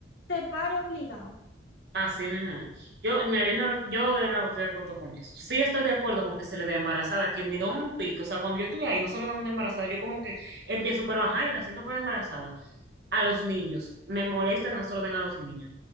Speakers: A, on the left; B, on the right.
A: te pare obligado.
B: Así mismo. Yo, mira, yo, realmente- yo de verdad no estoy de acuerdo con eso. Sí estoy de acuerdo con que se le dé embarazada, que me da un pico. O sea, cuando yo estoy ahí, no se le dan una embarazada. Yo como que empiezo, pero ajá, y la siento por embarazada. A los niños. Me molesta que no se lo den a los niños.